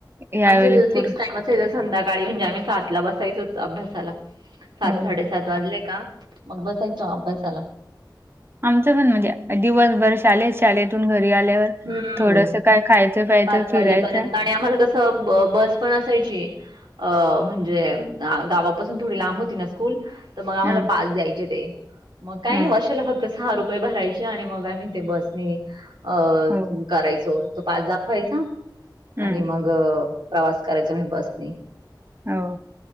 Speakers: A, on the right; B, on the right.
A: यावेळी
B: आमचं फिक्स
A: पूर-
B: टाइम संध्याकाळी म्हणजे आम्ही सातला बसायचोच अभ्यासाला सात,
A: हो
B: साडेसात. वाजले का? मग आपण बसायचं अभ्यासाला.
A: आमचं पण म्हणजे दिवसभर शालेत शालेेतून घरी आल्यावर-
B: हम्म
A: थोडस काय खायचं प्यायचं
B: पाच
A: फिरायचं
B: वाजेपर्यंत आणि आम्हाला कसं. बस पण असायची. अं म्हणजे गावापासून थोडी लांब होती ना स्कूल. तर मग आम्हाला
A: ह
B: पास द्यायचे ते मग काय
A: ह
B: वर्षाला फक्त- सहा रुपये भरायचे आणि मग आम्ही ते बसनी अ
A: हो
B: करायचो. पास दाखवायचा आणि तो
A: हम्म
B: आणि मग प्रवास करायचा म्हणजे बसने.
A: हो